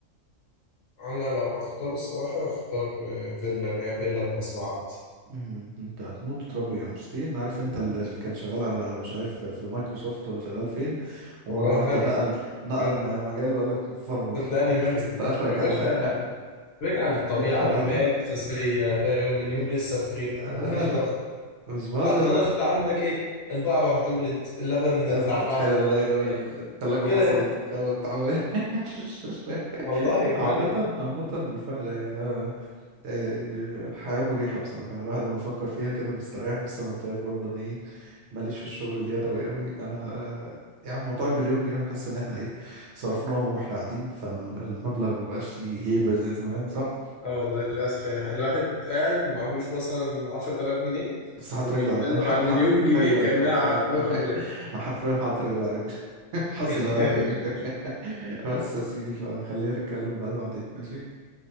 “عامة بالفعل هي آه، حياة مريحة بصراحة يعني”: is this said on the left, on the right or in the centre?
Right